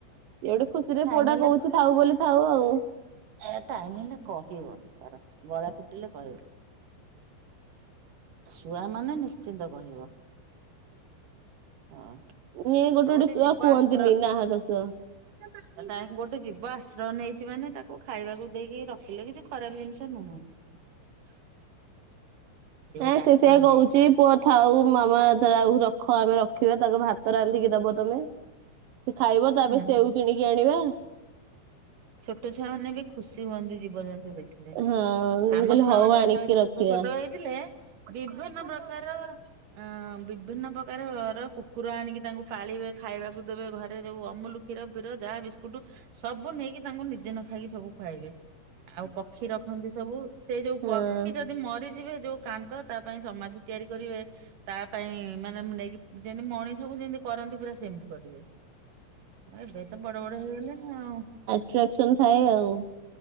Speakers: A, on the right; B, on the right.
A: ଇଆଡ଼ୁ ଖୁସିରେ
B: ଟାଇମ
A: ପୁଅଟା କହୁଚି ଥାଉ ବୋଲି ଥାଉ ଆଉ।
B: ତା ଟାଇମି ହେଲେ କହିବ ତାର ଗଳା ଫିଟିଲେ କହିବ। ଶୁଆ ମାନେ ନିଶ୍ଚିନ୍ତ କହିବ। ହଁ।
A: ନିଏ ଗୋଟେ
B: ଆଉ
A: ଗୋଟେ ଶୁଆ
B: ଜୀବ
A: କୁହନ୍ତିନି
B: ଆଶ୍ରୟ
A: ନାହା ଦୋଶ।
B: <unintelligible> ଗୋଟେ ଜୀବ ଆଶ୍ରୟ ନେଇଚି ମାନେ ତାକୁ ଖାଇବାକୁ ଦେଇକି ରଖିଲେ କିଛି ଖରାପ ଜିନିଷ ନୁହଁ। <inaudible>
A: ନାଇଁ
B: ଗୋଟେ ଆଶ୍ରୟ
A: ସେ ସେଇଆ କହୁଛି।
B: ନେଇଛି
A: ପୁଅ ଥାଉ ମାମା ଦ୍ରାଉ ରଖ ଆମେ ରଖିବା ତାକୁ ଭାତ ରାନ୍ଧିକି ଦବ ତମେ। ସେ ଖାଇବ ତା
B: ହୁଁ
A: ପାଇଁ ସେଉ କିଣିକି ଆଣିବା।
B: ଛୋଟ ଛୁଆ ମାନେ ବି ଖୁସି ହୁଅନ୍ତି ଜୀବଜନ୍ତୁ ଦେଖିଲେ।
A: ହଁ ମୁଁ
B: ଆମ
A: କହିଲି
B: ଛୁଆ
A: ହଉ
B: ମାନେ
A: ଆଣିକି
B: ଯେତେବେଳେ ଛୋଟ
A: ରଖିବା।
B: ଛୋଟ ହେଇଥିଲେ ବିଭିନ୍ନ ପ୍ରକାର ଆଁଅଁ ବିଭିନ୍ନ ପ୍ରକାରର କୁକୁର ଆଣିକି ତାଙ୍କୁ ପାଳିବେ ଖାଇବାକୁ ଦେବେ ଘରେ ଯୋଉ ଅମୁଲୁ ଖି କ୍ଷୀର ପିର ଯାହା ବିସ୍କୁଟୁ ସବୁ ନେଇକି ତାଙ୍କୁ ନିଜେ ନ ଖାଇକି ସବୁ ଖୁଆଇବେ। ଆଉ ପକ୍ଷୀ ରଖନ୍ତି ସବୁ ସେଇ ଯୋଉ
A: ହଁ
B: ପକ୍ଷୀ ଯଦି ମରିଯିବେ ଯୋଉ କାନ୍ଦ ତା ପାଇଁ ସମାଧି ତିଆରି କରିବେ। ତା ପାଇଁ ମାନେ ମୁଁ ନେଇକି ଯେମିତି ମଣିଷକୁ ଯେମିତି କରନ୍ତି ପୁରା ସେମିତି କରିବେ। ଆଉ ଏବେ ତ ବଡ଼ ବଡ଼ ହେଇଗଲେଣି ଆଉଁ।
A: ଖିଆକ୍ସନ୍ ଥାଏ ଆଉ।